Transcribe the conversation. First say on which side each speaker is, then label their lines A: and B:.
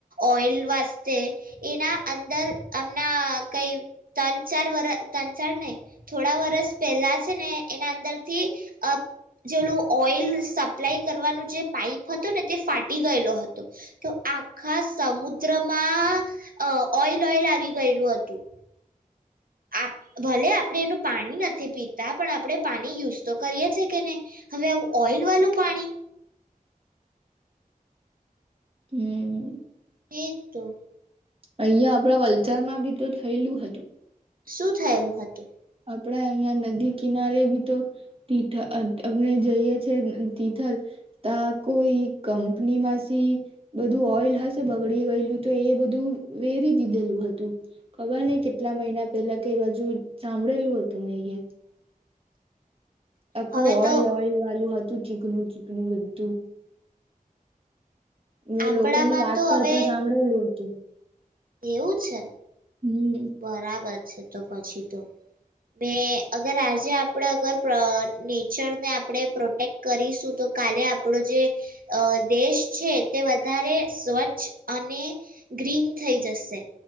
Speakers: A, on the right (about 75°); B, on the right (about 40°).
A: ઓઈલ વાસ્તે, એના અંદર હમણાં કઈ ત્રણ ચાર વરહ, ત્રણ ચાર નહીં, થોડા વરસ પહેલાં છે ને એના અંદરથી અહ જે ઓલું ઓઈલ લ સપ્લાય કરવાનું જે પાઈપ હતું ને તે ફાટી ગયેલો હતો, તો આખા સમુદ્રમાં અહ ઓઇલ-ઓઈલ આવી ગયેલું હતું. આપ ભલે આપણે એનું પાણી નથી પીતા પણ આપણે પાણી યુઝ તો કરીએ છે કે નહી, હવે આવું ઓઈલ વાલું પાણી.
B: હમ્મ.
A: એ જ તો.
B: અહિયાં આપડા વલસાડમાં બી તો થયેલું હતું.
A: શું થયેલું હતું?
B: આપડા અહિયાં નદી કિનારે બી તો તીથ અહ આપણે જઈએ છે તિથલ, તા કોઈ કંપનીમાંસી બધું ઓઈલ હશે બગડી ગયેલું, તો એ બધું વેરી દીધેલું હતું. ખબર નહી કેટલા મહિના પેલા કે એ બાજુ સાંભળેલ હતું મે ઈએ. આખું
A: હવે
B: ઓઈલ-ઓઈલ
A: તો
B: વાલું હતું. ચીકણું-ચીકણું બધું. મે
A: આપણામાં
B: લોકો ને વાત
A: તો
B: કરતા
A: હવે
B: સાંભળેલું હતું.
A: એવું છે.
B: હમ
A: બરાબર. છે તો પછી તો. મેં અગર આજે આપણે અગર પ્ર નેચરને આપણે પ્રોટેક્ટ કરીશું, તો કાલે આપણો જે અહ દેશ છે તે વધારે સ્વચ્છ અને ગ્રીન થઈ જશે.